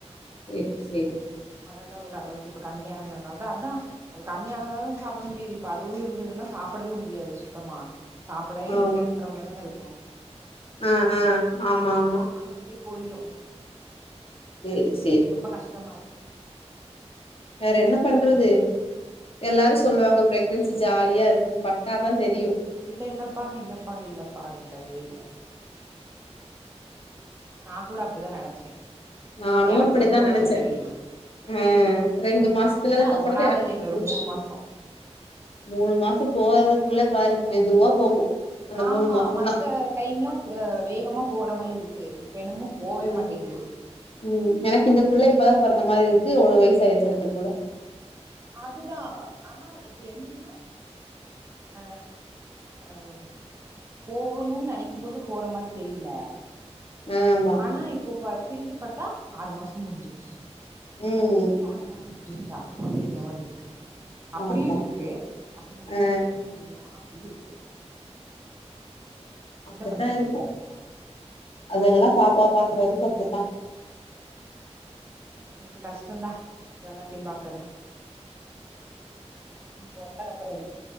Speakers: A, on the left; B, on the right.
A: சேரி சேரி
B: அதெல்லா ஓரளவுக்கு இப்ப கம்மியா ஆனதுனாலதா அதா அது கம்மியாகாக சாப் புட முடியாது இப்ப அதுவு இருந்ததுன்னா சாப்புடவே முடியாது சுத்தமா சாப்புட எடுக்கன்ற
A: ஆமா
B: மாரிதானே இருக்கு
A: ஆ ஆ ஆமா ஆமா
B: அதுக்கே போயிரு
A: தேரி சேரி
B: ரொம்ப கஷ்டமா இருக்கு
A: வேற என்ன பண்றது எல்லாரு
B: ஆமா
A: சொல்லுவாங்க பிரக்னன்சி ஜாலியா இருக்கு பட்டாதா தெரியு
B: இல்ல இல்லப்பா இல்லப்பா இல்லப்பா இல்லவே இல்ல நாக்கூட அப்டிதா நெனச்சே
A: நானூ
B: எனக்கு
A: அப்பிடிதா
B: வரும்போதுதா
A: நெனச்சே
B: அது தெரியுது
A: ஆ ரெண்டு மாசத்துலதுக்கப்றதா
B: என்ன ரொம்ப நாள்
A: எனக்கு
B: இல்ல இன்னொரு
A: புரிஞ்ச்சி
B: மூணு மாசோ
A: மூணு மாசோ போறதுக்குள்ளே பாரு மெதுவா போகு அந்த
B: ஆமா
A: மூணு மாசந்தா
B: மத்த டைம்லா ஆ வேகமா போற மாரி இருக்கு இப்ப என்னமோ போவே
A: அ
B: மாட்டேங்குது
A: ம் எனக்கு இந்த புள்ள இப்பதா
B: அது
A: பொறந்த மாரி இருக்கு ஒலு வயசாயிருச்சி அதுக்குள்ள
B: அதுதா ஆனா இப்ப என்னன்னா ஆ ஆவ் போகணூன் நெனைக்கு போது போற மாரி தெரியலே
A: ஆமா
B: ஆனா இப்போ பா திரும்பி பாத்தா ஆறு மாசோ முடிஞ்சிருச்சி
A: ம்
B: அதுக்குள்ள ஆறு மாசோ முடிஞ்சிருச்சா அப்டிங்கிற மாரி இருக்கு அப்டியு
A: ஆமா
B: இருக்கு அப்ப இந்த மூணு
A: ஆ
B: மாசோ எப்ப முடியூ அப்டீனு இருக்கு
A: அப்டித்தா
B: என்ன பண்றது
A: இருக்கு
B: இப்டி இருந்தா
A: அதெல்லா பாப்பா பாக்குற வரைக்கு அப்டித்தா
B: கொஞ்சோ கஷ்டோந்தா இது எல்லாத்தையு பாக்குறது இனி பொறந்தகப்பறோ இருக்கு